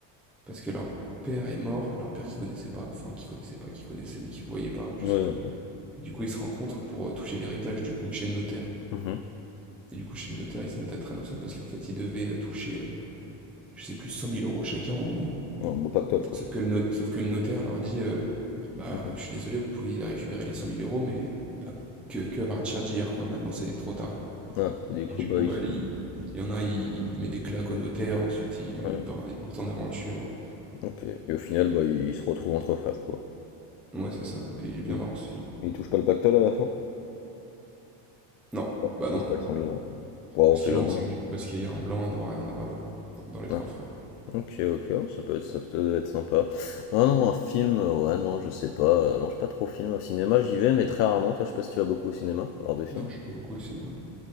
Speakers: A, in the centre; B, on the left (about 85°).
A: parce que leur père est mort, leur père qu'ils connaissaient pas, enfin, qu'ils connaissaient pas, qu'ils connaissaient, mais qu'ils voyaient pas, ou je
B: Ouais,
A: sais plus.
B: OK.
A: Et du coup, ils se rencontrent pour euh, toucher l'héritage, du coup, chez le notaire.
B: Mhm.
A: Et du coup, chez le notaire, ils se mettent à traîner ensemble parce qu'en fait, ils devaient euh, toucher, euh, je sais plus, cent mille euros chacun au moins.
B: Ouais, beau pactole quoi.
A: Sauf que le no sauf que le notaire leur dit, heu: «Bah,
B: Mhm.
A: je suis désolé, vous pouvez récupérer les cent mille euros mais à que que à partir d'hier, quoi. Maintenant, c'est trop tard».
B: Ah, et du
A: Et
B: coup
A: du
B: bah
A: coup, bah,
B: ils sont
A: il il y en a un, il il met des claques au notaire, ensuite il
B: Ouais.
A: il part il part en aventure.
B: OK. Et au final bah ils se retrouvent entre frères quoi.
A: Ouais, c'est ça, Et il est bien
B: Ils,
A: marrant ce film.
B: ils touchent pas le pactole à la fin?
A: Non,
B: Ils
A: bah, non.
B: touchent pas les cent mille euros. Bon,
A: Ce
B: on sait
A: qui est
B: jamais.
A: marrant, c'est
B: hein.
A: que du coup parce qu'il y a un blanc, un noir et un arabe dans dans Les
B: Ah.
A: trois frères.
B: Ok, ok, ça peut être, ça peut être sympa. Non, non, un film, euh, ouais, non, je sais pas. euh, non, je suis pas trop film au cinéma, j'y vais, mais très rarement. Toi, je sais pas si tu vas beaucoup au cinéma, voir des films.
A: Non, je vais pas beaucoup au cinéma, moi.